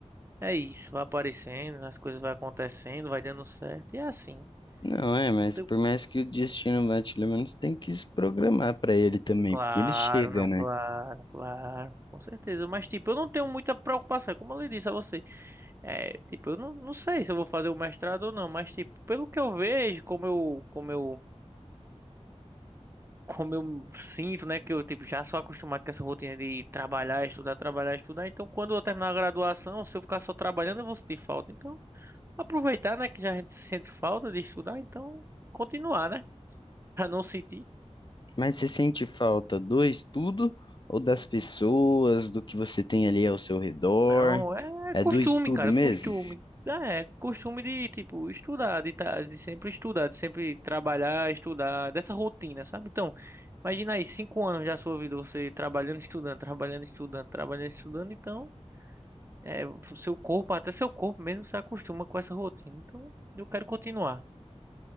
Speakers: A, on the right; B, on the left.
A: é isso, vai aparecendo, as coisas vai acontecendo, vai dando certo. E é assim.
B: Não é, mas
A: Não tenho...
B: por mais que o destino bate, pelo menos tem que se programar para ele também,
A: Claro,
B: porque ele chega,
A: não,
B: né?
A: claro, claro, com certeza. Mas, tipo, eu não tenho muita preocupação, como eu lhe disse a você. É, tipo, eu não, não sei se eu vou fazer o mestrado ou não, mas, tipo, pelo que eu vejo, como eu, como eu, <laughs> como eu sinto, né, que eu, tipo, já sou acostumado com essa rotina de trabalhar, estudar, trabalhar, estudar. Então, quando eu terminar a graduação, se eu ficar só trabalhando, eu vou sentir falta. Então. Aproveitar, né? Que já a gente sente falta de estudar, então continuar, né? <laughs> Pra não sentir.
B: Mas você sente falta do estudo ou das pessoas, do que você tem ali ao seu redor?
A: Não, é
B: É
A: costume,
B: do estudo
A: cara,
B: mesmo?
A: costume. É, costume de, tipo, estudar, de, tá- de sempre estudar, de sempre trabalhar, estudar, dessa rotina, sabe? Então, imagina aí, cinco anos da sua vida, você trabalhando, estudando, trabalhando, estudando, trabalhando, estudando, então, é, o seu corpo, até seu corpo mesmo se acostuma com essa rotina. Então, eu quero continuar.